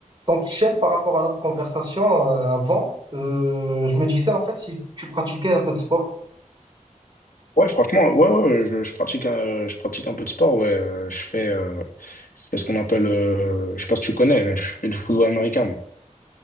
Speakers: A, on the right (about 30°); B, on the left (about 85°).
A: Donc, Hichem, par rapport à notre conversation euh, avant, euh, je me disais en fait si tu pratiquais un peu de sport.
B: Ouais, franchement, ouais, ouais, ouais, je, je pratique, un- je pratique un peu de sport, ouais. euh, Je fais, euh, c'est ce qu'on appelle, euh, je sais pas si tu connais, mais je fais du football américain, moi.